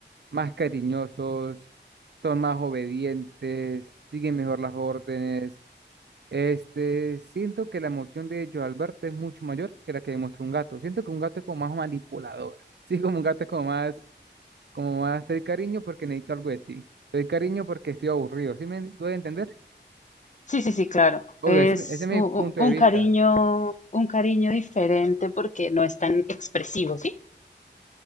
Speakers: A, on the right (about 65°); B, on the left (about 40°).
A: más cariñosos, son más obedientes, siguen mejor las órdenes. Este, siento que la emoción de ellos al verte es mucho mayor que la que demuestra un gato. Siento que un gato es como más manipulador. <laughs> Sí, como un gato es como más, como más te doy cariño porque necesito algo de ti. Te doy cariño porque estoy aburrido. ¿Sí me doy a entender?
B: Sí, sí, sí, claro.
A: Obvio,
B: Es
A: ese, ese es mi
B: u-
A: punto
B: u- un,
A: de vista.
B: cariño, un cariño diferente porque no es tan expresivo, ¿sí?